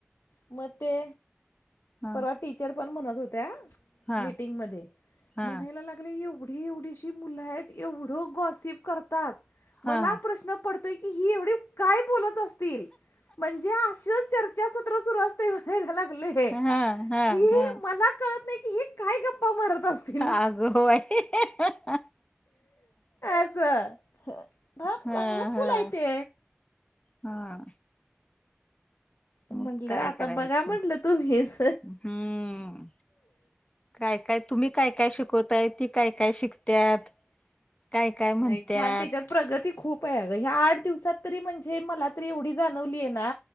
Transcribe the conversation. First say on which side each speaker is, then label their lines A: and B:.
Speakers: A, on the left; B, on the left.
A: मग ते
B: हा
A: परवा टीचर पण म्हणत होत्या.
B: हा
A: मीटिंग मध्ये
B: हा
A: म्हणायला लागले एवढे. ही एवढीशी मुल एवढ गॉसिब ग करतात मला
B: हा
A: प्रश्न पडतोय की एवढ काय बोलत असतिल म्हणजे असं चर्चा सत्र सुरु असतय म्हयला लागले
B: हा हा
A: की
B: हा
A: मला कळत नाही की हे काय गप्पा मारत असते
B: अग बाई
A: असं हं
B: हा
A: चांगलं
B: हा
A: फुल आहे ते
B: हा.. मग
A: म्हंटलं
B: काय
A: आता
B: करायचं
A: बघा म्हटलं तुम्हीच..
B: हम्म काय काय तुम्ही काय काय शिक शिकवताय ती काय काय शिकतात काय काय म्हणत्यात??
A: नाही छान त्याच्यात प्रगती खूप आहे अगं ह्या आठ दिवसात तरी म्हणजे मला तरी एवढी जाणवलीय ना..